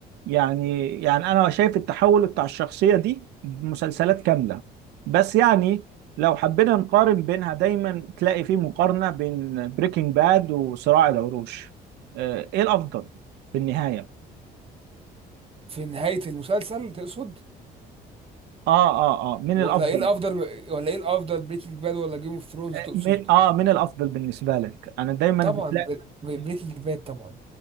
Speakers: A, on the right (about 80°); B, on the right (about 35°).
A: يعني يعني انا شايف التحول بتاع الشخصيه دي مسلسلات كامله بس يعني لو حبينا نقارن بينها دايما تلاقي في مقارنة بين بريكنج باد وصراع العروش آه، ايه الافضل في النهاية
B: في نهايه المسلسل تقصد
A: اه اه اه من
B: ولا
A: الافضل
B: ايه الافضل ولا ايه الافضل بريكنج باد ولا جيم اوف ثرونز
A: آه
B: تقصد
A: من, آه من الافضل بالنسبة لك انا دايما
B: طبعا
A: بتلاقي
B: بريكنج باد طبعا